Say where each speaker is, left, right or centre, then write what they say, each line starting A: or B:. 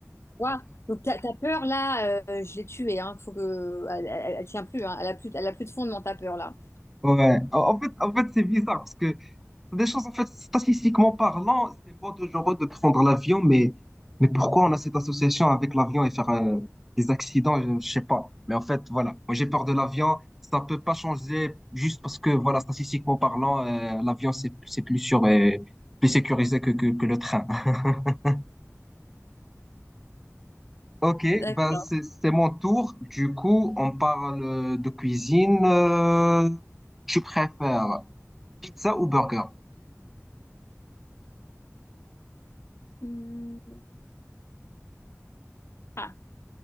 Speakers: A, on the left; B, in the centre.
A: Waouh. Donc ta, ta peur là, euh, je l'ai tuée. Hein. Faut que elle, elle- elle tient plus. hein. Elle a plus, elle a plus de fondement ta peur là.
B: <laughs> ouais. En en fait, en fait, c'est bizarre parce que Des choses, en fait, statistiquement parlant, c'est moi dangereux de prendre l'avion, mais, mais pourquoi on a cette association avec l'avion et faire euh, des accidents, je, je sais pas. Mais en fait, voilà, moi j'ai peur de l'avion, ça peut pas changer juste parce que, voilà, statistiquement parlant, euh, l'avion c'est, c'est plus sûr et plus sécurisé que, que, que le train. <laughs> Ok,
A: D'accord.
B: bah c'est, c'est mon tour. Du coup, on parle euh, de cuisine. Euh, tu préfères pizza ou burger?
A: Hmm. Ah,